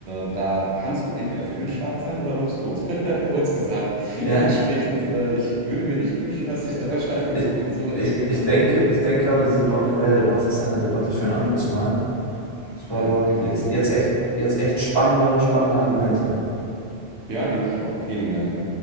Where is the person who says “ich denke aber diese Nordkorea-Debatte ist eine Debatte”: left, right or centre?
Left